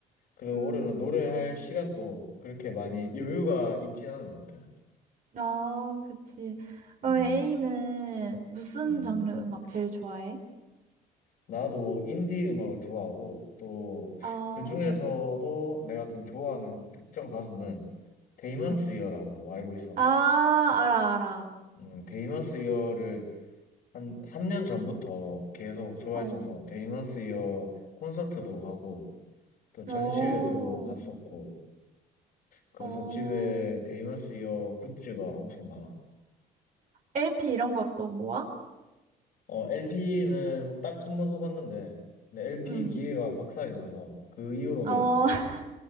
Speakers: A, on the left (about 65°); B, on the right (about 50°).
A: 그리고
B: 음.
A: 올해는 노래할
B: 음.
A: 시간도 그렇게 많이 여유가 있진 않은 것 같아요.
B: 아, 그치. 그럼
A: 음,
B: A는 무슨
A: 음.
B: 장르 음악 제일 좋아해?
A: 나도 인디 음악을 좋아하고 또
B: 아,
A: 그중에서도 내가 좀 좋아하는 특정 가수는 데이먼스
B: 응.
A: 이어라고 알고 있어.
B: 아, 알아, 알아.
A: 음, 데이먼스 이어를 한 3년 전부터 계속 좋아했어서
B: 어,
A: 데이먼스 이어 콘서트도 가고 또 전시회도
B: 어,
A: 갔었고 그래서
B: 어.
A: 집에 데이먼스 이어 굿즈가 엄청 많아.
B: LP 이런 것도 모아?
A: 어, LP는 딱 한 번 사봤는데 근데 LP
B: 응.
A: 기계가 박살이 나서 그 이후로는
B: 어, <laughs>